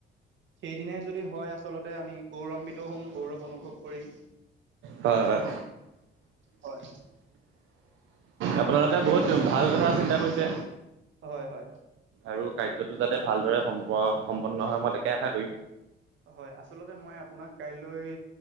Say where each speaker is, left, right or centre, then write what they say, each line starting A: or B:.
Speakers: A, on the right (about 70°); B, on the right (about 85°).
A: সেইদিনাই যদি হয় আচলতে আমি গৌৰান্বিতও হ'ম গৌৰৱ অনুভৱ কৰিম
B: হয় হয়।
A: হয়
B: আপোনালোকে
A: বাকী
B: বহুত
A: বৰ্তমান
B: ভাল কথা চিন্তা কৰিছে।
A: হয় হয়
B: আৰু কাৰ্যটো যাতে ভালদৰে সম্প সম্পন্ন হয় মই তাকে আশা কৰিম
A: হয় আচলতে মই আপোনাক কাইলৈ